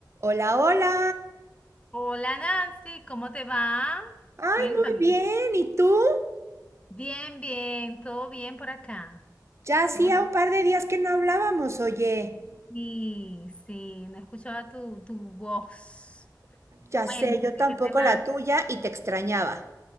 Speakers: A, on the right (about 40°); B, on the left (about 15°).
A: Hola, hola.
B: Hola Nancy, ¿cómo te va?
A: Ay,
B: Cuéntame.
A: muy bien. ¿Y tú?
B: Bien, bien, todo bien por acá.
A: Ya hacía
B: Todo tranquilo.
A: un par de días que no hablábamos, oye.
B: Sí, sí, no escuchaba tu, tu voz.
A: Ya
B: Cuéntame,
A: sé, yo tampoco
B: ¿qué te va?
A: la tuya y te extrañaba.